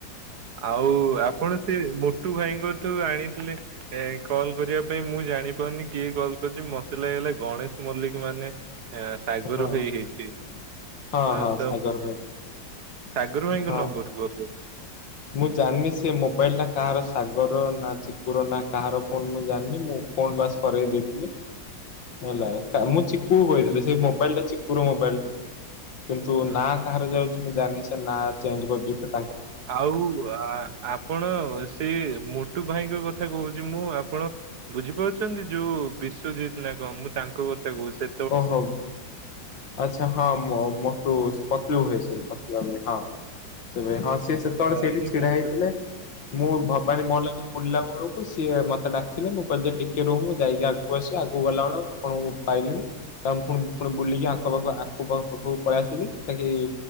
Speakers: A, on the right; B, on the left.
A: ଆଉ ଆପଣ ସେ ମୋଟୁ ଭାଇଙ୍କଙ୍କଠୁ ଆଣିଥିଲେ ଏ କଲ୍ କରିବା ପାଇଁ ମୁଁ ଜାଣିପାରୁନି କିଏ କଲ୍ କରିୁଚି ମତେ ଲାଗିଲା ଗଣେଶ ମଲ୍ଲିକ ମାନେ ସାଗର
B: ହଁ
A: ଭାଇ ହେଇଥିବେ
B: ହଁ
A: ଆ
B: ହଁ
A: ତ
B: ସାଗର
A: ମୁଁ
B: ଭାଇ
A: ସାଗରୁ ଭାଇ ଙ୍କ
B: ହଁ
A: ନଂବର ରୁ କହୁଥିଲେ?
B: ମୁଁ ଜାଣିନି ସେ ମୋବାଇଲ ଟା କାହାର ସାଗର ନା ଚିକୁର ନା କାହାର ଫୋନ ମୁଁ ଜାଣିନି ମୁଁ ଫୋନ୍ ବାସ କରଇ ଦେଇ ଥିଲି। ହେଲା ମୁଁ ଚିକୁକୁ କହିଥିଲି ସେଇ ମୋବାଇଲ ଟା ଚିକୁ ର ମୋବାଇଲ। କିନ୍ତୁ
A: ହଁ।
B: ନା କାହାର ଯାଉଚି ମୁ ଜାଣିନି ସେ ନା ଚେଞ୍ଜ କରିଦେ <unintelligible>
A: ଆଉ ଆପଣ ସେ ମୋଟୁ ଭାଇଙ୍କ କଥା କହୁଚି ମୁଁ ଆପଣ ବୁଝିପାରୁଚନ୍ତି ଯୋଉ ବିଶ୍ଵଜିତ ନା କଁ ମୁଁ ତାଙ୍କ କଥା କହୁ ସେ
B: ଓହୋ ବ୍ ଆଚ୍ଛା ହଁ ମୋ ମୋଟୁ ସେ ପତଲୁ ଭାଇ ସେ <unintelligible> ହଁ ତେବେ ହଁ ସେ ସେ କଣ
A: ଧରିକି
B: ସେଇଠି ଛିଡା
A: ମୋଟୁ
B: ହେଇଥିଲେ ମୁଁ ଭବାନୀ <unintelligible> ବୁଲିଲା ବେଳକୁ ସିଏ ମତେ ଡାକିଲେ ମୁଁ କିଇଲି ଯେ ଟିକେ ରହୁ ମୁଁ ଯାଇକି ଆଗକୁ ଆସୁଚି ଆଗକୁ ଗଲାବେଳକୁ ଆପଣଙ୍କୁ ଆଉ ଆପଣଙ୍କୁ ପାଇଲିନି ତାେ ପୁଣି ପୁଣି ବୁଲିକି ଆଖ ପାଖ କୁ ପଳେଇ ଆସିଲି ତାକି